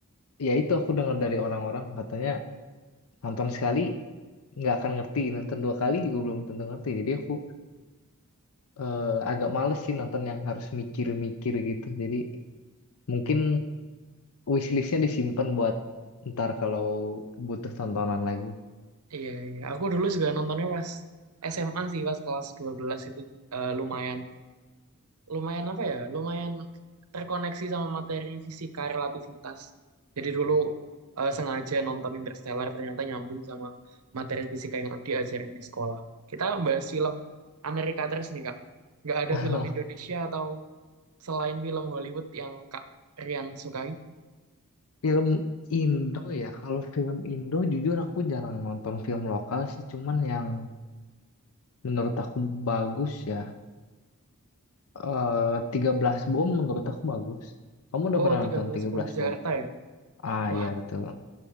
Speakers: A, on the left; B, on the right.
A: ya itu aku dengar dari orang-orang katanya nonton sekali nggak akan ngerti, nonton dua kali juga belum tentu ngerti. Jadi aku eh, agak males sih nonton yang harus mikir-mikir gitu. Jadi mungkin wishlistnya disimpan buat ntar kalau butuh tontonan lagi.
B: Iya, iya. Aku dulu juga nontonnya pas SMA sih, pas kelas 12 itu eh, lumayan. lumayan apa ya, lumayan terkoneksi sama materi fisika relativitas. Jadi dulu eh, sengaja nonton Interstellar ternyata nyambung sama materi fisika yang diajarin di sekolah. Kita bahas film Amerika terus nih Kak. Nggak ada
A: <laughs>
B: film Indonesia atau selain film Hollywood yang Kak Rian sukai?
A: Film Indo ya, kalau film Indo jujur aku jarang nonton film lokal sih, cuman yang menurut aku bagus ya. Eh, tiga belas Bom menurut aku bagus. Kamu udah
B: Oh,
A: pernah
B: tiga
A: nonton
B: belas
A: tiga
B: Bom
A: belas
B: di Jakarta
A: Bom?
B: ya?
A: Ah
B: Wah,
A: iya betul.